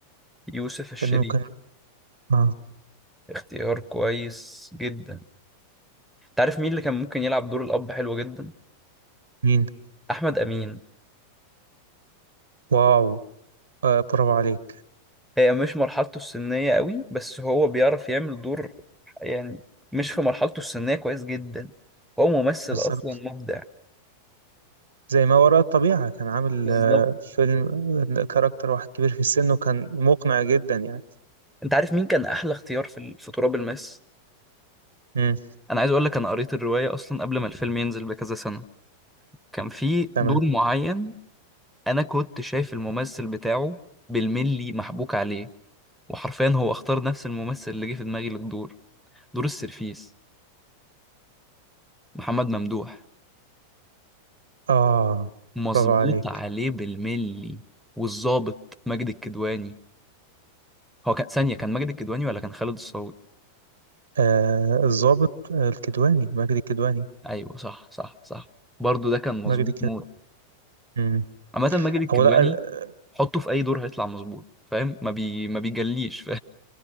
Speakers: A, in the centre; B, on the right (about 65°).
A: يوسف الشريف
B: كان ممكن آه
A: اختيار كويس جدا تعرف مين اللي كان ممكن يلعب دور الاب حلو جدا
B: مين
A: احمد امين
B: واو آه برافو عليك
A: هي مش مرحلته السنية قوي بس هو بيعرف يعمل دور يعني مش في مرحلته السنية كويس جدا هو ممثل
B: بالظبط
A: اصلا مبدع
B: زي ما وراء الطبيعة كان عامل
A: بالظبط
B: آه فيلم آه، كاركتر واحد كبير في السن وكان مقنع جدا يعني
A: انت عارف مين كان احلى اختيار في في تراب الماس
B: مم.
A: انا عايز اقول لك انا قريت الرواية اصلا قبل ما الفيلم ينزل بكذا سنة كان في
B: تمام
A: دور معين انا كنت شايف الممثل بتاعه بالملي محبوك عليه وحرفيا هو اختار نفس الممثل اللي جه في دماغي للدور دور السرفيس محمد ممدوح
B: آه
A: مظبوط
B: برافو عليك
A: عليه بالملي والظابط ماجد الكدواني هو كان ثانية كان ماجد الكدواني ولا كان خالد الصاوي
B: آه الضابط آه الكدواني مجدي الكدواني
A: ايوه صح صح صح برضه ده كان مظبوط
B: مجدي الكدواني
A: موت
B: مم.
A: عامة ماجد الكدواني
B: هو لا آه،
A: حطه في اي دور هيطلع مظبوط فاهم ما بي ما بيجليش